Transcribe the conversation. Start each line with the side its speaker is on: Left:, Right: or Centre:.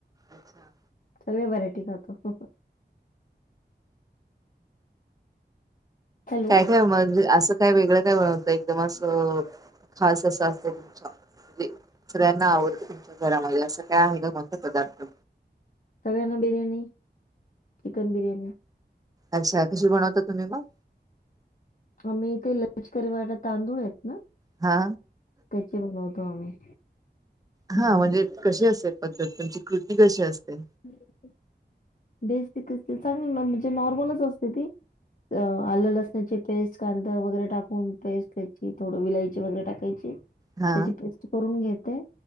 Right: अच्छा.
Left: सर्व व्हरायटी खातो. हॅलो.
Right: काय काय म्हणजे असं काय वेगळं काय बनवतं एकदम असं खास असं असत तुमच्या म्हणजे सगळ्यांना आवडत तुमच्या घरामध्ये असं काय आहे का कोणता पदार्थ
Left: सगना बिर्याणी चिकन बिर्याणी
Right: अशा कशी बनवता तुम्ही मग
Left: आम्ही ते लजकरीवाट तांदूळ आहेत ना
Right: हा
Left: त्याचे बनवतो आम्ही
Right: हा
Left: हं.
Right: म्हणजे कशी असते पद्धत तुमची कृती कशी असते
Left: ह बेसिक चांगली म्हणजे नॉर्मलच असते ती आलं लसणाची पेस्ट कांदा वगैरे टाकून पेस्ट त्याची थोडं विलायची वगैरे टाकायची त्याची
Right: हा
Left: पेस्ट करून घेते ह